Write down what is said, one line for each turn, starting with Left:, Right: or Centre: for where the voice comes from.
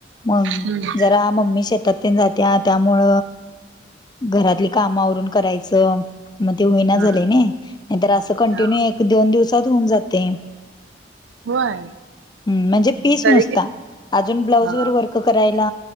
Left: मग
Right: हम्म
Left: जरा मम्मी शेतात तेन जाते त्या, त्यामुळ घरातली काम आवरून करायचं. मग ते होईना
Right: हम्म.
Left: झाले नही, नाही तर असं कंटिन्यू
Right: हा
Left: एक- दोन दिवसात होऊन जातय
Right: होय
Left: म्हणजे पीस
Right: तरी
Left: नुसता,
Right: कि
Left: अजून ब्लाउज
Right: हा
Left: वर वर्क करायला